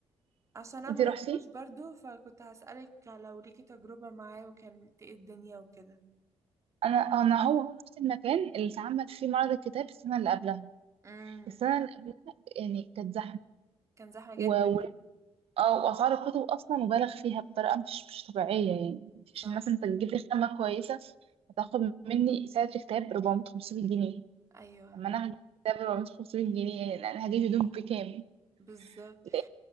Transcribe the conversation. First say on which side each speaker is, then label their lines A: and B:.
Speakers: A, on the right; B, on the right.
A: عشان انا
B: أنت
A: ما
B: رحتي؟
A: رحتوش برضو فكنت هسألك لو ليكي تجربة معاه وكانت ايه الدنيا وكده
B: أنا أنا هو هو نفس المكان اللي اتعمل فيه معرض الكتاب السنة اللي قبلها
A: امم
B: السنة اللي قبلها يعني كانت
A: كان زحمة جدا
B: زحمة اه واسعار الكتب اصلا مبالغ فيها بطريقه مش مش طبيعيه يعني
A: صح
B: عشان مثلا انت تجيب لي خامه كويسه هتاخد مني سعر الكتاب 400 500 جنيه
A: ايوه
B: لما انا هجيب كتاب 400 500 جنيه يعني انا هجيب هدوم بكام
A: بالظبط
B: لقيت